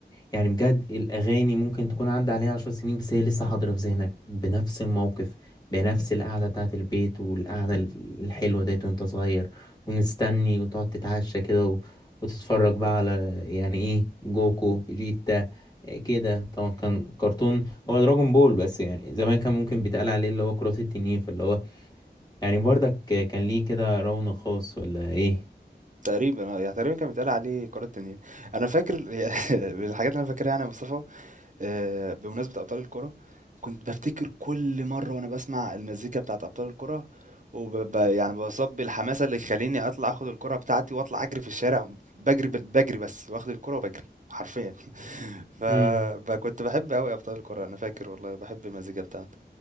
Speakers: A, on the left; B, on the right.
A: يعني بجد الأغاني ممكن تكون عدى عليها عشر سنين بس هي لسه حاضرة في ذهنك بنفس الموقف بنفس القعدة بتاعة البيت والقعدة ال- الحلوة ديت وانت صغير ونستني وتقعد تتعشى كده و... وتتفرج بقى على يعني ايه جوكو فيجيتا إيه كده طبعا كان كرتون هو دراجون بول بس يعني زمان كان ممكن بيتقال عليه اللي هو كرة التنين فاللي هو يعني برضك كان ليه كده رونق خاص ولا ايه
B: تقريبا اه يعني تقريبا كان بيتقال عليه كرة تنين انا فاكر <laughs> من الحاجات اللي انا فاكرها يعني يا مصطفى آه، بمناسبة أبطال الكرة كنت بفتكر كل مرة وأنا بسمع المزيكا بتاعت أبطال الكرة وب ب- يعني بصب الحماسة اللي يخليني أطلع أخد الكرة بتاعتي وأطلع أجري في الشارع بجري بال- بجري بس واخد الكرة وبجري حرفيا <laughs>
A: امم
B: فكنت بحب أوي أبطال الكرة أنا فاكر والله بحب المزيكا بتاعته